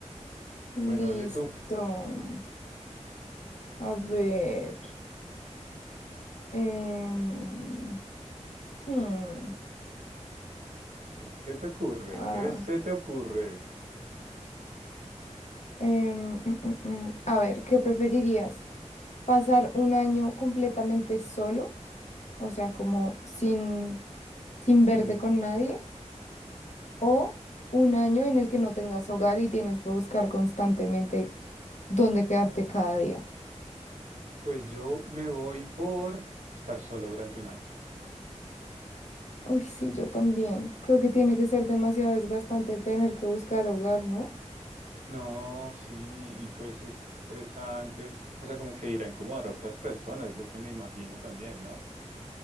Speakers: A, on the left; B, on the right.
A: listo.
B: Bueno, dale tú.
A: A ver. em, hmm,
B: ¿Qué se te ocurre?
A: ah,
B: ¿Qué se te ocurre?
A: em, mm, mm, mm. A ver, ¿qué preferirías? ¿Pasar un año completamente solo? O sea, como sin, sin
B: Sin...
A: verte con nadie. ¿O un año en el que no tengas hogar y tienes que buscar constantemente dónde quedarte cada día?
B: Pues yo me voy por estar solo durante un año.
A: Uy, sí, yo también. Creo que tiene que ser demasiado desgastante tener que buscar hogar, ¿no?
B: No, sí, y pues es estresante. O sea, como que ir a incomodar a otras personas, lo que me imagino también, ¿no?